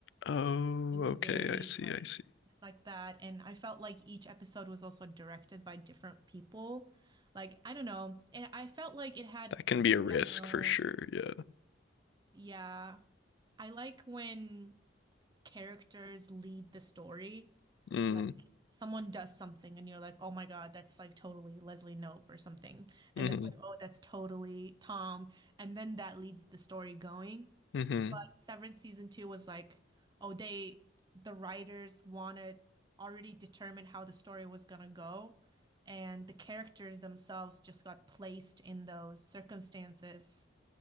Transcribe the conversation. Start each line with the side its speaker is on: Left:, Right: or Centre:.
Left: Oh,
Right: It was
Left: okay,
Right: very
Left: I see,
Right: like
Left: I see.
Right: it's like that and I felt like each episode was also directed by different people. Like I don't know, and I felt like it had
Left: That can be
Right: a
Left: a risk
Right: general
Left: for sure, yeah.
Right: yeah. I like when characters lead the story.
Left: Mm,
Right: Like someone does something and you're like, oh my God, that's like totally Leslie Knope or something.
Left: mm-hmm,
Right: And that's like, oh, that's totally Tom. And then that leads the story going.
Left: mm-hmm.
Right: But Severance season two was like, oh, they, the writers wanted already determined how the story was gonna go. And the characters themselves just got placed in those circumstances,